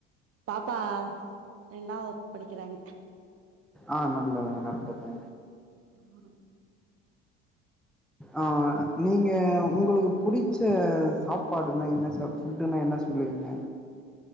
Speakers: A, on the right; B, in the centre.
A: பாப்பா ரெண்டாவகுப்பு படிக்கிறாங்க
B: ஆஹ் நல்லது நல்லதுங்க
A: உம் <inaudible>
B: ஆஹ் நீங்க உங்களுக்கு புடிச்ச சாப்பாடுன்னா என்ன சாப் ஃபுட்டுன்னா என்ன சொல்லுவீங்க